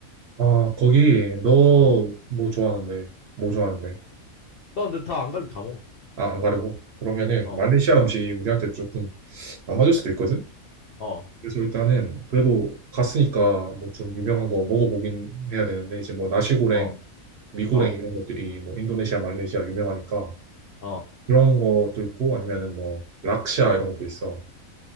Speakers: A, on the right; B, on the left.
A: 아 거기 너
B: 어.
A: 뭐 좋아하는데 뭐 좋아하는데
B: 나 근데 다 안 가리고 다 먹어.
A: 아 안 가려고 그러면은
B: 어,
A: 말레이시아 음식이 우리한테 조금 안 맞을 수도 있거든.
B: 어,
A: 그래서 일단은 그래도 갔으니까 뭐 좀 유명한 거 먹어보긴 해야 되는데 이제 뭐 나시고랭,
B: 어,
A: 미고랭
B: 어,
A: 이런 것들이 뭐 인도네시아, 말레이시아 유명하니까
B: 어.
A: 그런 것도 있고 아니면은 뭐 락샤 이런 것도 있어.